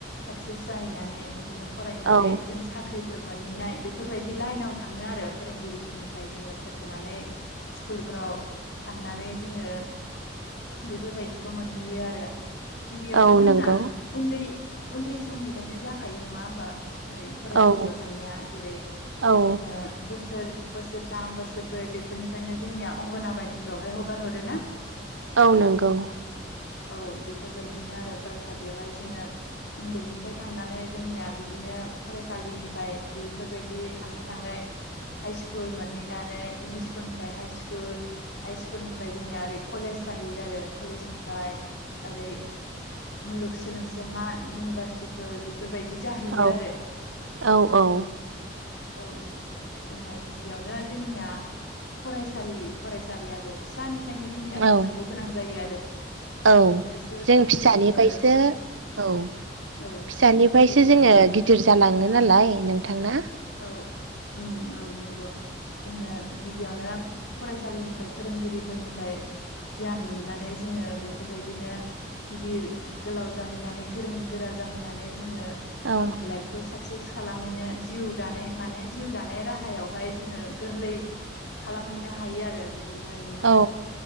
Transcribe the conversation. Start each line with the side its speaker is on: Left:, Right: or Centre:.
Left: साक्सेस जाहैनानै बिदिनो फरायनानै
Right: औ
Left: जों साख्रिफोर मोनहैनाय बेफोरबायदि लाइनाव थाङो आरो फोरोंगिरिफोरनिफ्राय जोङो फोरोंनानै स्कुलफ्राव थांनानै जोङो बेफोरबायदिखौ मोनहैयो आरो गिबियावनो
Right: औ
Left: जोंना
Right: नंगौ
Left: उन्दै उन्दै समनिफ्रायनो जाखायो नङा होमबा फरायसालियाव
Right: औ
Left: थांनाया जेरै
Right: औ
Left: जोङो बोसोर बोसोरथाम बोसोरब्रै बेफोरनिफ्रायनो जोंनिया अंगनाबादिफ्रावहाय हगार हरो ना
Right: औ नंगौ
Left: औ बेफोरबायदिनो आरो फरायसालियावहाय जोङो उन्दैनिफ्राय थांनानै जोंनिया बिदिनो फरायसालिनिफ्राय बेफोरबायदि थां थाङै हाइ स्कुल मोनहैनानै एम इ स्ल स्कुल निफ्राय हाइ स्कुल हाइ स्कुलनिफ्राय जोंनिया ओरै कलेज जाहैयो आरो कलेजनिफ्राय ओरै मुलुग सोलोंसोमा इउनिभारसिटिफोर बेफोरबायदि जाहैयो
Right: औ
Left: आरो
Right: औ औ
Left: औ जोंना गिबियावनो जोंनिया फरायसालि फरायसालि आरो फिसानिफ्रायनो जोंनिया थांनांगौ
Right: औ
Left: गोनां जायो आरो।
Right: औ
Left: बिसोर
Right: जों
Left: फोरोंगिरिफोर
Right: फिसानिफ्रायसो
Left: फोरों
Right: औ फिसानिफ्रायसो
Left: औ गिदिर जाहैयो
Right: जोङो गिदिर जालाङो नालाय नोंथांना
Left: औ उम औ नंगौ। जोङो गिबियावनो फरायसालिनिफ्राय फोरोंगिरिफोरनिफ्राय गियान मोननानै जोङो बेफोरबायदिनो गिदिर गोलाव जाहैनानै गोरों गोरा जाहैनानै जोङो
Right: औ
Left: गावनि लाइफखौ साक्सेस खालामहैनो जिउ दानाय माने जिउ दानाय राहायावहाय जोङो गोरलै खालामहैनो हायो आरो बि बिदिनो नोङो
Right: औ